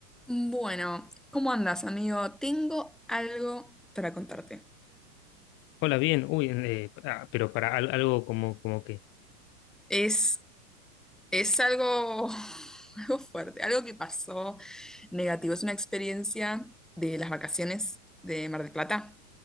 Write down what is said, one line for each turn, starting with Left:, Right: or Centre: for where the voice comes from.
Centre: Bueno, ¿cómo andas, amigo? Tengo algo para contarte.
Left: Hola, bien. Uy, eh, ah, pero para al- algo como, como que.
Centre: Es, es algo, <laughs> algo fuerte, algo que pasó negativo. Es una experiencia de las vacaciones de Mar del Plata.